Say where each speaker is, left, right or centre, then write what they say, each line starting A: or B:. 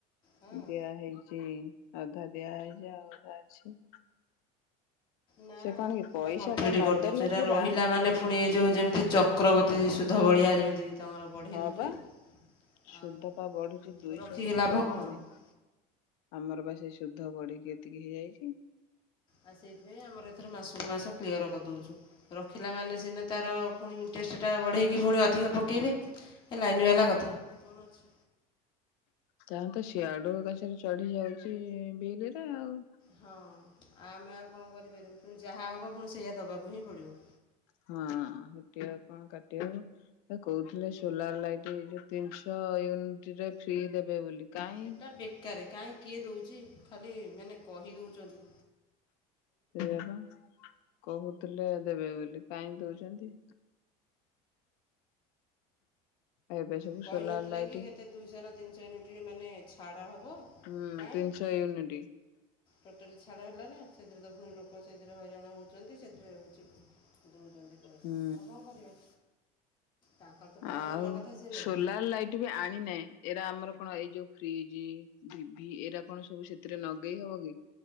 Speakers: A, on the left; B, on the left.
A: ହଁ
B: ଦିଆ ହେଇଛି। ଅଧା ଦିଆଯାଇଛି ଆଉ ଅଧା ଅଛି।
A: ନା
B: ସେ
A: ଆମର
B: କଣ କି
A: ପୁରା
B: ପଇସା
A: କମ୍ପ୍ଲିଟ
B: ଟା ନଦେଲେ
A: କରିଦଉଚୁ
B: ପୁରା
A: ରହିଲା ମାନେ ପୁଣି ଏଇ ଯୋଉ ଯେମିତି ଚକ୍ରବର୍ତୀ ସୁ ଅଧ ଭଳିଆ ଯେମିତି ତାଙ୍କର ବଢ଼େଇ
B: ହଁ
A: ଦେଉଛନ୍ତି
B: ବା ସୁଦ୍ଧ
A: ଆଉ
B: ପା ବଢୁଛି ଦୁଇଶହ
A: ରଖିକି
B: କେତେ
A: ଲାଭ
B: ଟଙ୍କା
A: କଣ
B: ପୁଣି
A: ଆଉ
B: ଆମର ବା ସେ ଶୁଦ୍ଧ ବଢିକି ଏତିକି ହେଇଯାଇଛି।
A: ଆଉ ସେଇଥିପାଇଁ ଆମର ଏଥର ମାସକୁ ମାସ କ୍ଲିୟର କରିଦେଉଛୁ ରଖିଲା ମାନେ ସିନା ତାର ପୁଣି ଇଣ୍ଟରେଷ୍ଟଟା ବଢ଼େଇ କି ପୁଣି ଅଧିକ
B: ହୁଁ
A: ପକେଇବେ ହେ ଲାଇନ ବାଲା କଥା। କଣ ଅଛି।
B: ଯହା ତ ସିଆଡୁ ଗାଛରେ ଚଢି ଯାଉଛି ବିଲରେ ଆଉ।
A: ହଁ ଆଉ ଆମେ ଆଉ କଣ କରିପାରିବୁ ପୁଣି ଯାହା ହବ ପୁଣି ସେଇଆ ଦବାକୁ ହିଁ ପଡିବ।
B: ହଁ ସେଠ ଆ କଣ କାଟିବ କହୁଥିଲେ ସୋଲାର ଲାଇଟ୍ ଏ ଯୋଉ ତିନିଶହ ୟୁନିଟ ରେ ଫ୍ରି ଦେବେ ବୋଲି। କାହିଁ
A: ସେଟା ବେକାର କାହିଁ କିଏ ଦଉଛି ଖାଲି ମାନେ କହିଦଉଛନ୍ତି।
B: ସେୟା ବା। କହୁଥିଲେ ଦେବେ ବୋଲି କାହିଁ ଦଉଛନ୍ତି। ଏବେ ସବୁ
A: କହିନଥିଲେ
B: ସୋଲାର ଲାଇଟ
A: କି କେତେ ଦୁଇଶହ ନା ତିନିଶହ ୟୁନିଟ ମାନେ ଛାଡ଼ ହେବ
B: ହୁଁ,
A: କାଇଁ
B: ତିନିଶହ ୟୁନିଟି।
A: ଟୋଟାଲି ଛାଡ଼ ହେଲା ନା, ସେଥିରେ ତ ପୁଣି ଲୋକ ସେଥିରେ ହଇରାଣ ହଉଛନ୍ତି, ସେଥିରେ ରହୁଛି ଦଉଚନ୍ତି ପଇସା।
B: ହୁଁ
A: ଆଉ କଣ କରିବେ? ତାଙ୍କର ତ ପଇସା
B: ଆଉ
A: ନବା କଥା ସିଏ ନେବେ
B: ସୋଲାର ଲାଇଟ୍ ବି ଆଣିନାହିଁ। ଏଇରା ଆମର କଣ ଏଇ ଯୋଉ ଫ୍ରିଜି, ଟିଭି ଏଇରା କଣ ସବୁ ସେଥିରେ ଲଗେଇ ହବ କି?